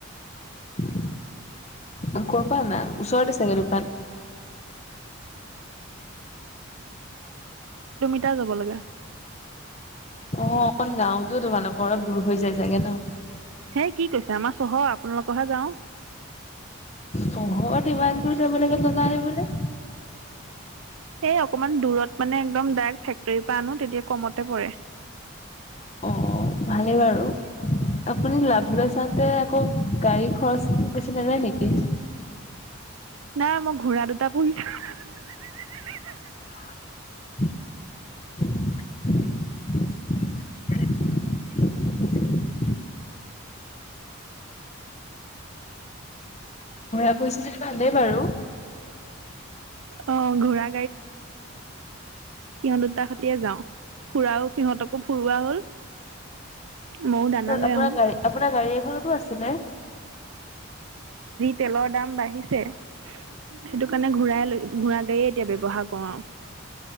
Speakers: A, on the left; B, on the right.
A: <inaudible> ক'পা আনা ওচৰতে চাগে দোকান?
B: য়া যাব লাগে।
A: অ, অকন গাওতো তোমালোকৰ, দূৰ হৈ যায় চাগে ন?
B: ধেই কি কৈছে আমাৰ চহ, আপোনালোকহে গাও।
A: চহৰত ইমান দূৰ যাব লাগে দানা আনিবলে।
B: এই অকমান দূৰত মানে, একদম ডায়েক্ট ফেক্টয়ী পা আনো তেতিয়া কমতে পৰে।
A: অ, ভালেই বাৰু। আপুনি লাভলৈ চাওতে আকৌ গাড়ী খৰচ বেছি নযায় নেকি? <inaudible>
B: নাই মই ঘোৰা দুটা পুহিছো। <unintelligible>
A: <unintelligible> <unintelligible> ঘোৰা পুহিছে যদি ভালেই বাৰু।
B: অ ঘোঁৰা সিহত দুটা সতিয়ে যাও। ফুৰাও সিহতকো ফুৰোৱা হ'ল। ময়ো দানালৈ
A: আপোনাৰ
B: আহো।
A: গাড়ী আপোনাৰ গাড়ী এখনতো আছিলে অ
B: তেলৰ দাম বাঢ়িছে, সেইটো কাৰণে ঘূৰাই লৈ ঘোৰাগাড়ীয়ে এতিয়া ব্যৱহাৰ কৰো আউ